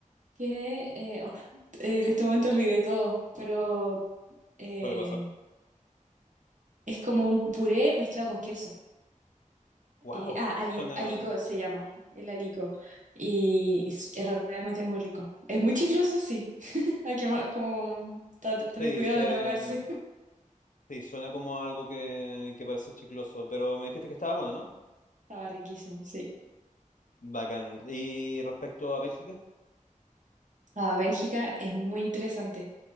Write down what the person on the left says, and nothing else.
suele pasar.
Wow,
suena...
Sí,
se-
sí, suena como algo que, que parece chicloso, pero me dijiste que estaba bueno, ¿no?
Bacán. ¿Y respecto a Bélgica?